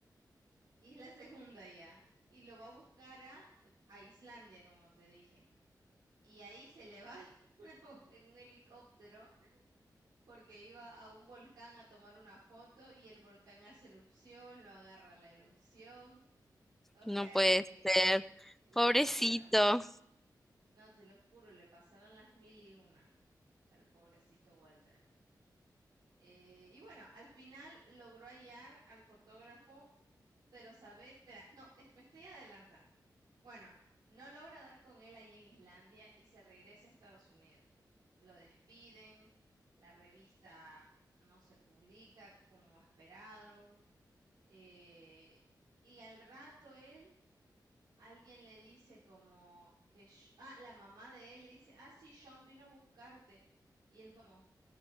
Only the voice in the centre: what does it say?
No
puede
ser.
Pobrecito.